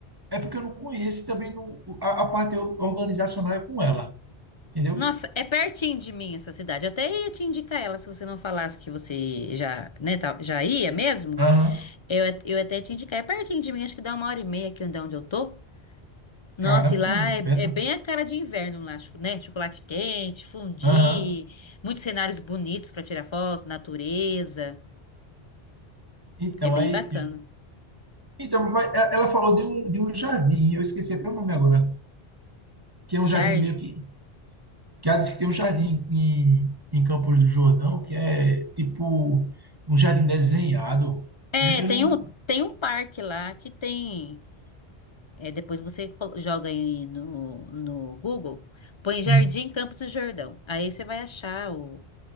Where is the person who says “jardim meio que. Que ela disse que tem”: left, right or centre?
Right